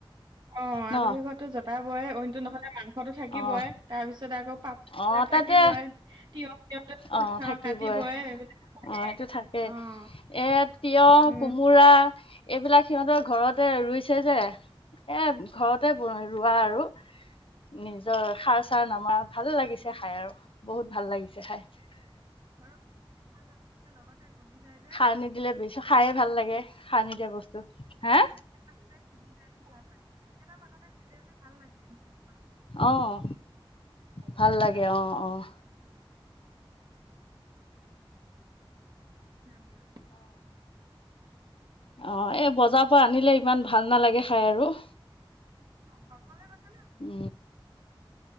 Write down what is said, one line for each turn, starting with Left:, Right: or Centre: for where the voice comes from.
Right: অ
Left: ন
Right: আলহী ঘৰতো জতাবই অইনতটো নহ'লে মাংস- তো থাকিবই
Left: অঁ
Right: তাৰ পিছত আকৌ পাত বিলাক
Left: অঁ
Right: থাকিবই
Left: তাতে
Right: তিয়হ তি
Left: অঁ থাকিবই
Right: অ কাট- বয় বিলাকে
Left: অঁ সেইটো থাকেই
Right: অ-
Left: এ তিয়হ,
Right: উম
Left: কোমোৰা- এইবিলাক সিহঁতৰ ঘৰতে ৰুইছে যে এ ঘৰতে ৰোৱা আৰু- নিজৰ সাৰ চাৰ নামা ভাল লাগিছে খাই আৰু বহুত ভাল লাগিছে খাই-
Right: ঘৰক ভাল লাগে লগতে- গলি যায় যে
Left: খাৰ নিদিলে বছো খায়ে ভাল লাগে
Right: একেটা
Left: খাৰ নিদিয়া বস্তু হা-
Right: অ একে ভাগতে সিজি যায় যে ভাল লাগে একেটা পাকতে সিজে যে ভাল লাগে নিজ-
Left: আহ ভাল
Right: কিনা বিলাক
Left: লাগে
Right: আকৌ
Left: আহ আহ
Right: াম <unintelligible>
Left: অ এই বজাৰৰ পৰা আনিলে ইমান ভাল নালাগে খাই আৰু-
Right: অ অকলে গৈছে -
Left: উ